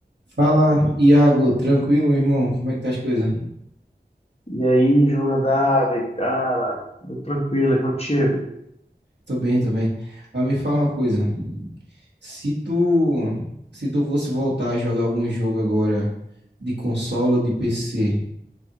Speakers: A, on the right; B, on the left.
A: Fala, Iago, tranquilo, meu irmão? Como é que tá as coisas?
B: E aí, Jonadab, cara, tudo tranquilo, é contigo?
A: Tô bem, tô bem. Mas me fala uma coisa. Se tu, se tu fosse voltar a jogar algum jogo agora de console ou de PC,